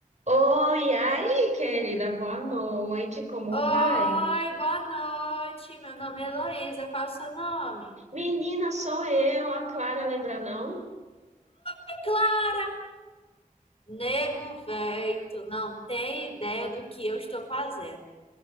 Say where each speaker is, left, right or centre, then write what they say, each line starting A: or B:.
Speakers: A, on the right (about 55°); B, on the left (about 45°).
A: Oi, aí, querida, boa noite, como
B: Oi,
A: vai?
B: boa noite. Meu nome é Heloísa. Qual o seu nome?
A: Menina, sou eu, a Clara, lembra não?
B: É claro. Nego, véi, tu não tem ideia do que eu estou fazendo.